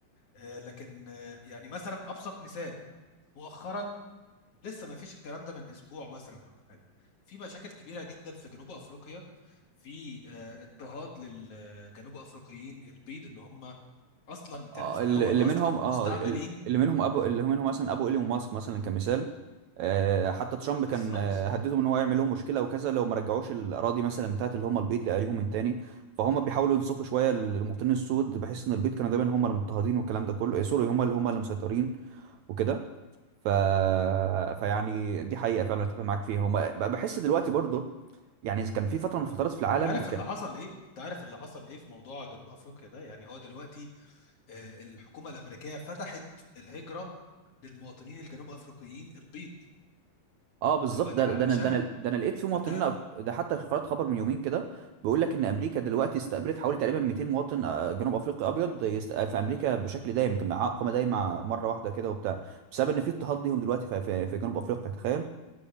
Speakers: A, on the left; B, on the right.
A: آه، لكن آه، يعني مثلا أبسط مثال مؤخرا لسه ما فيش الكلام ده من اسبوع مثلا ولا حاجه في مشاكل كبيره جدا في جنوب افريقيا في آه، اضطهاد للجنوب افريقيين البيض اللي هم اصلا كانوا
B: آه،
A: في الاول
B: اللي اللي
A: اصلا
B: منهم
A: مستعمرين
B: اه ال- اللي منهم ابو اللي منهم مثلا ابو ايلون ماسك مثلا كمثال آه، حتى ترامب كان
A: بالظبط
B: آه، هددهم ان هو يعمل لهم مشكله وكذا لو ما رجعوش الاراضي مثلا بتاعت اللي هم البيض لاهاليهم من تاني فهم بيحاولوا ينصفوا شويه المواطنين السود بحيث ان البيض كانوا دايما هم المضطهدين والكلام ده كله آه، سوري هم اللي هم اللي مسيطرين وكده ف... فيعني دي حقيقه فعلا اتفق معاك فيها هم بحس دلوقتي برضه يعني كان في فتره من الفترات في العالم
A: انت عارف
B: كان
A: اللي حصل ايه انت عارف اللي حصل ايه في موضوع جنوب افريقيا ده يعني هو دلوقتي آه، الحكومه الامريكيه فتحت الهجره للمواطنين الجنوب افريقيين البيض
B: اه بالظبط
A: دلوقتي
B: ده ده
A: علشان
B: انا ده انا ده انا لقيت في مواطنين
A: ده
B: ده حتى قرأت خبر من يومين كده بيقول لك ان امريكا دلوقتي استقبلت حوالي تقريبا 200 مواطن آه، جنوب افريقي ابيض يست- في امريكا بشكل دايم يمكن مع اقامه دايمه مره واحده كده وبتاع بسبب ان في اضطهاد ليهم دلوقتي في في في جنوب افريقيا تخيل